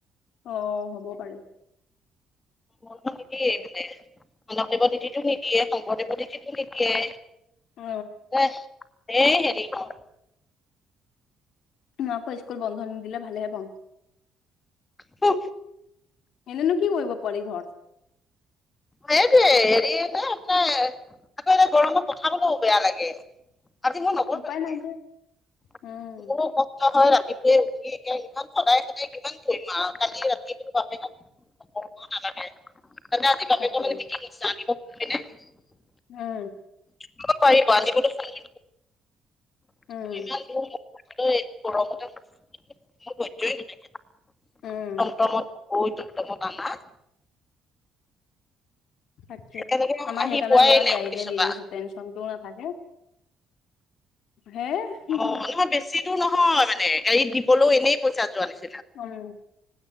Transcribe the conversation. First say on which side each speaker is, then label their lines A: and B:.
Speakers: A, on the left; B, on the left.
A: অ', হ'ব পাৰে।
B: বন্ধ নিদিয়েই মানে, মুনৱদেৱৰ তিথিটো নিদিয়ে, শংকৰদেৱৰ তিথিটো নিদিয়ে।
A: অ
B: দেহ, এই হেৰি ক।
A: মই আকৌ স্কুল বন্ধ নিদিলে ভালেহে পাওঁ।
B: হুঁ।
A: এনেনো কি কৰিব পোৱালি ঘৰত?
B: হয়েটোৱে হেৰি এ যে, আপোনাৰ আকৌ এই যে গৰমত পঠাবলৌ বেয়া লাগে। আজি মই নপঠালোৱে
A: উপায় নাই
B: <unintelligible>
A: যে উম
B: মোৰো ক ষ্ট হয়, ৰাতিপুৱেই উঠি একে ইমান সদায় সদায় কিমান কৰিম আৰু কালি ৰাতিটো বাপেকক <unintelligible> নালাগে সেইকাৰণে আজি বাপেকৰ
A: তাকে
B: মানে <unintelligible> আনিব <unintelligible>
A: উম।
B: <unintelligible> পাৰিব আনিবলৈ কোন? স্কুলো
A: উম
B: ইমান দূৰ মোৰ <unintelligible> এইটো গৰমত <unintelligible> মোৰ ধৈৰ্য্যই নাথাকে।
A: উম
B: টমটমত গৈ টমটমত আনা।
A: তাকে,
B: একেলগে
A: আমাৰ
B: আহি
A: সেইকাৰণে
B: পোৱাই
A: ল'ৰাক
B: নাই
A: গাড়ীতে
B: অফিচৰ
A: দি
B: পৰা
A: দিছো। টেনচনটো নাথাকে হে, হুঁ
B: অ
A: হুঁ।
B: নহয় বেছি দূৰ নহয় মানে, গাড়ীত দিবলৈ এনেই পইচা যোৱা নিছ
A: অম।